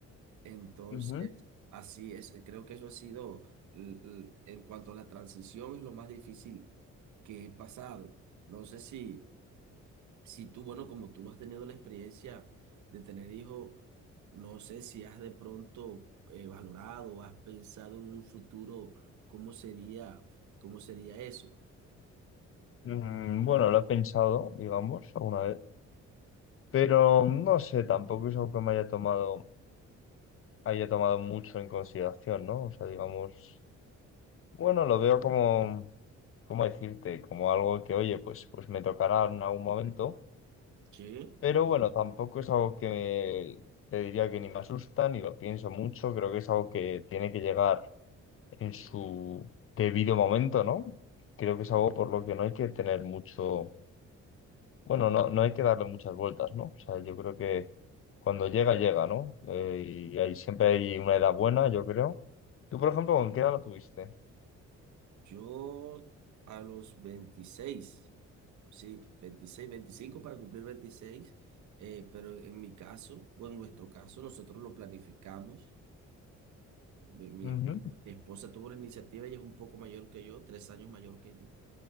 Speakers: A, on the right (about 70°); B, on the left (about 45°).
A: Entonces,
B: ujú,
A: así es, creo que eso ha sido, l- l- en cuanto a la transición, es lo más difícil que he pasado. No sé si, si tú, bueno, como tú no has tenido la experiencia de tener hijos, no sé si has de pronto eh, valorado, has pensado en un futuro, cómo sería, cómo sería eso.
B: mm, bueno, lo he pensado, digamos, alguna vez, pero no sé, tampoco es algo que me haya tomado, haya tomado mucho en consideración, ¿no? O sea, digamos, bueno, lo veo como... ¿Cómo decirte? Como algo que, oye, pues, pues me tocará en algún momento,
A: Sí,
B: Pero bueno, tampoco es algo que te diría que ni me asusta, ni lo pienso mucho. Creo que es algo que tiene que llegar en su debido momento, ¿no? Creo que es algo por lo que no hay que tener mucho, bueno, no, no hay que darle muchas vueltas, ¿no? O sea, yo creo que cuando llega, llega, ¿no? Eh, y hay, siempre hay una edad buena, yo creo. Tú, por ejemplo, ¿con qué edad lo tuviste?
A: yo a los veintiséis Sí, veintiséis veinticinco para cumplir veintiséis eh, pero en mi caso, o en nuestro caso, nosotros lo planificamos. Mi, mi
B: Ujú.
A: es- mi esposa tuvo la iniciativa, ella es un poco mayor que yo, tres años mayor que yo.